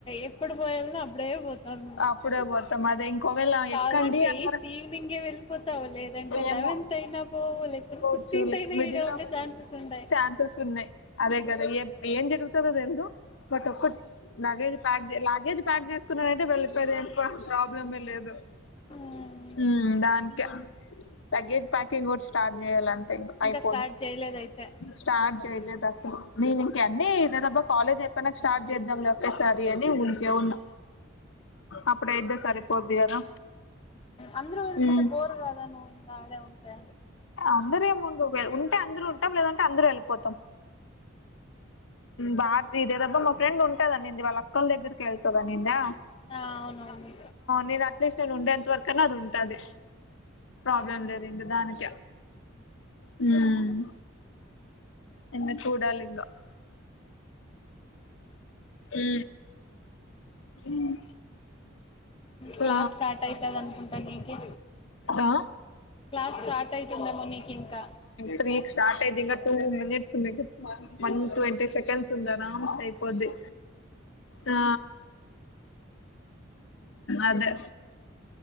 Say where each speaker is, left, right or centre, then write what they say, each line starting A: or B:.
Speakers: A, on the left; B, on the left.
A: ఎప్పుడు పోయాలనో అప్పుడే పోతావు నువ్వు
B: ఇప్పుడే పోతాం అదే ఇంకోవేళ
A: కావాలంటే
B: ఎక్కండి అన్నారు
A: ఎయిత్ ఈవినింగే వెళ్ళిపోతావు లేదంటే
B: ఏమో
A: లెవెన్త్ అయినా పోవు
B: పోవచ్చు
A: ఫిఫ్టింత్ అయినా
B: మిడిల్
A: ఈడే
B: లో
A: ఉండే ఛాన్సెస్ ఉండాయి
B: ఛాన్సెస్ ఉన్నాయి అదే కదా ఏం జరుగుతుందో తెలదు బట్ ఒక్కటి లగేజ్ ప్యాక్ లగేజ్ ప్యాక్ చేసుకున్నానంటే వెళ్ళిపోయది పా ప్రాబ్లమే లేదు
A: హ్మ్
B: ఉమ్ దానికే లగేజ్ ప్యాకింగ్ ఓటి స్టార్ట్ చేయాలంత అయిపోద్ది
A: ఇంకా స్టార్ట్ చేయలేదయితే
B: స్టార్ట్ చేయలేదు అసలు నేను ఇంక అన్ని ఇదేదబ్బా కాలేజ్ అయిపోయినాక స్టార్ట్ చేద్దాం లే ఒక్కేసారి అని ఊరికే ఉన్న అప్పుడు అయితే సరిపోయిద్ది కదా
A: అందరూ వెళ్ళిపోతే
B: ఉమ్
A: బోర్ కదా నువ్వు ఇంకా ఆడే ఉంటే
B: అందరూ ఏముండరూ ఉంటే అందరు ఉంటాం లేదంటే అందరు వెళ్ళిపోతాం బార్ ఇదేదబ్బా మా ఫ్రెండ్ ఉంటదనింది వాళ్ళ అక్కల దగ్గరికే వెళ్తాననిందా
A: ఆ అవును మీ
B: నేను అట్లీస్ట్ నేను ఉండేంతవరకన్నా అది ఉంటది ప్రాబ్లం
A: ఓకే
B: లేదు ఇంగా దానికే ఉమ్ <unintelligible> చూడాలి ఇంగా ఉ ఉమ్
A: క్లాస్
B: ఆ
A: స్టార్ట్ అయితది అనుకుంటా నీకి
B: ఆ
A: క్లాస్ స్టార్ట్ అవుతుందేమో నీకు ఇంకా
B: త్రీ స్టార్ట్ అయిది ఇంకా టూ మినిట్స్ ఉంది వన్ ట్వంటీ సెకండ్స్ ఉంది ఆరమ్స్ అయిపోద్ది ఆ అదే